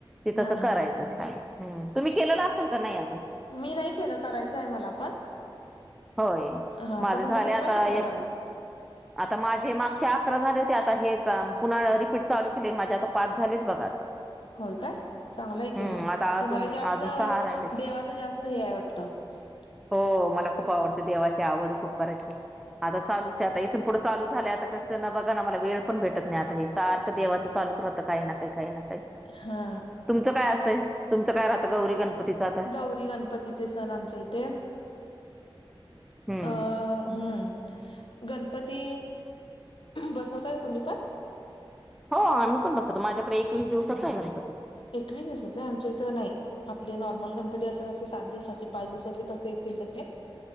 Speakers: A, in the centre; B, on the left (about 65°).
A: त
B: हा
A: तसं
B: हा
A: करायचं
B: ह
A: छान हम् तुम्ही केलेलं असेल का नाही अजून
B: मी नाही केलं करायचं आहे मला पण
A: होय
B: हा
A: माझे
B: तर तुमचा
A: झाले
B: कितवा
A: आता
B: शुक्रवार
A: एक
B: आहे
A: आता माझे माग च अकरा झाले होते आता हे पुन्हा रिपीट चालू केले माझे आता पाच झालेत बघा आता
B: होय काय चांगलंय
A: हम्म
B: कि म
A: आता अजून
B: तुम्हाला जास्त
A: अजून सहा राहिलेत.
B: देवाचं जास्त हे आहे वाटतं ह
A: हो मला खूप आवडते देवाची आवड खूप करायची आता चालूचे आता थून पुढं ल झालं आता कस न बघा मला वे पण भेटत नाही आता हे सारखं देवाचंचालच राहत काही नाही काही नाही का
B: हा
A: तुमचं काय असतंय तुमचं काय राहतं गौरी गणपतीचं आता
B: गौरी गणपतीचे सण आमच्या इथे
A: हम्म.
B: अ हम्म गणपती बसवताय तुम्ही पण
A: हो आम्ही पण बसतो माझ्याकडे एकवीस दिवसाचा आहे गणपती
B: एकवीस दिवसाचे आहे आमचे तर नाही आपले नॉर्मल गणपती असं कसे सात दिवसाचे पाच दिवसाचे कसे तन त खे